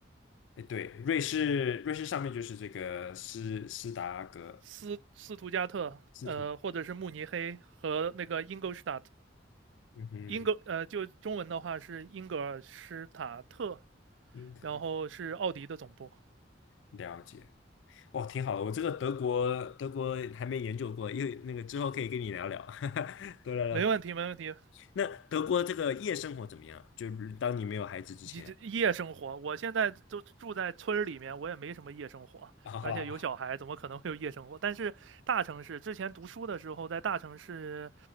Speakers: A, on the left; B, on the right.
A: 哎，对，瑞士瑞士上面就是这个斯斯达格
B: 斯斯图加特，
A: 斯图，
B: 呃，或者是慕尼黑和那个英格施塔特，
A: 嗯哼，
B: 英格呃，就中文的话是英格尔施塔特，
A: 英格尔
B: 然后是奥迪的总部。
A: 了解。哦，挺好的，我这个德国德国还没研究过，因为那个之后可以跟你聊聊，<laughs> 多聊聊。
B: 没问题，没问题，
A: 那德国这个夜生活怎么样？就是当你没有孩子之前
B: 这这夜生活，我现在都住在村儿里面，我也没什么夜生活，
A: <laughs> 啊，
B: 而且有小孩，怎么可能会有夜生活？但是大城市，之前读书的时候在大城市，